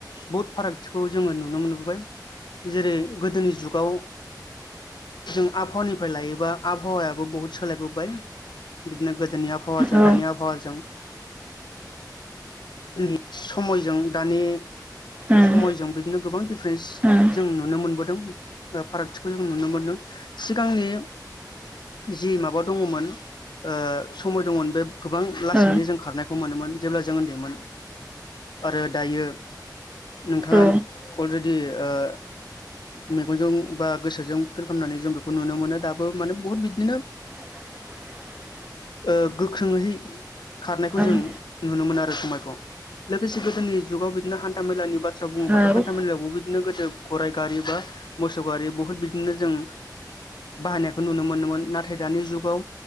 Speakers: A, on the left (about 80°); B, on the right (about 20°).
A: बहुथ फारागथि। खौ जोङो नुनो मोनबोबाय जेरै गोदोनि जुगाव जों आबहावानिफ्राय लायोबा आबहावायाबो बहुत सोलायबोबाय बिदिनो गोदोनि आब हावाजों
B: औ
A: दानि आबहावाजों गोदोनि समयजों दानि
B: उम
A: समयजों बिदिनो गोबां दिफारेन्स
B: उम
A: जों नुनो मोनबोदों फारागथिखौ जों नुनो मोनदों। सिगांनि जि माबा दङमोन ओ समय दङमोन बे गोबां लासैनो
B: ओ
A: जों खारनायखौ मोनोमोन जेब्ला जों उन्दैमोन। आरो दायो नोंथाङा
B: ओ
A: अलरेडि ओ मेगनजों बा गोसोजों फिल खालामनानै जों बेखौ नुनो मोनो दाबो माने बहुत बिदिनो
B: <unintelligible>
A: ओ गोख्रोंहै खारनायखौ
B: औ ओं
A: जों नुनो मोनो आरो समायखौ लोगोसे गोदोनि जुगाव बिदिनो हान्था मेलानि बा थ्रा बुङोबाथ'
B: औ
A: हान्था
B: उम
A: मेलायावबो बे बिदिनो गोदो गराइ गारि बा मोसौ गारि बुहुत बिदिनो जों बाहायनायखौ नुनो मोनोमोन नाथाय दानि जुगाव